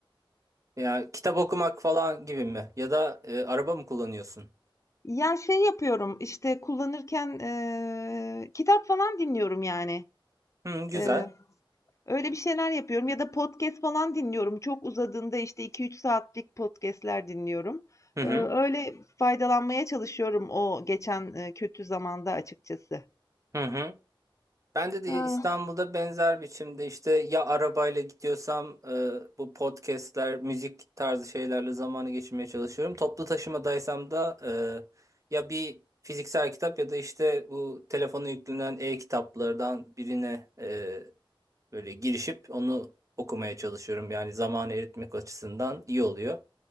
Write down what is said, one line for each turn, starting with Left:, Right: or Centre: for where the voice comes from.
Right: Ya kitap okumak falan gibi mi? Ya da e, araba mı kullanıyorsun?
Left: Ya, şey yapıyorum, işte, kullanırken, eee, kitap falan dinliyorum yani.
Right: Hı, güzel.
Left: Eee, öyle bir şeyler yapıyorum ya da podcast falan dinliyorum. Çok uzadığında, işte, iki üç saatlik podcast'ler dinliyorum.
Right: Hı hı.
Left: Eee, öyle faydalanmaya çalışıyorum o geçen, eee, kötü zamanda açıkçası.
Right: Hı hı. Bende de
Left: Ah,
Right: İstanbul'da benzer biçimde işte ya arabayla gidiyorsam e, bu podcastler, müzik tarzı şeylerle zamanı geçirmeye çalışıyorum. Toplu taşımadaysam da e, ya bir fiziksel kitap ya da işte bu telefona yüklenen e-kitaplardan birine e, böyle girişip onu okumaya çalışıyorum. Yani zamanı eritmek açısından iyi oluyor.